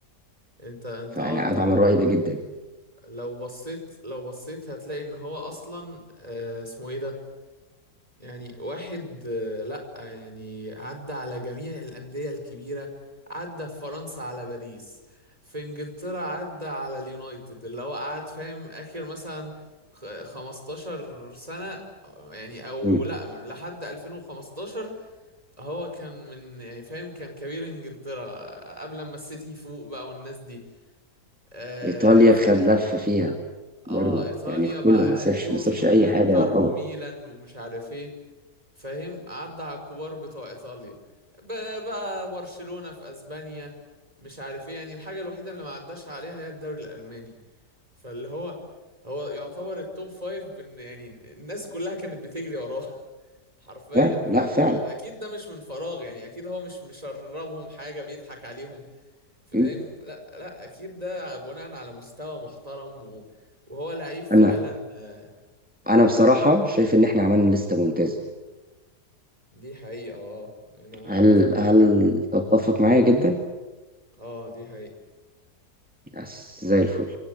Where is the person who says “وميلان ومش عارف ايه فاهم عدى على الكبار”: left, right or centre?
Right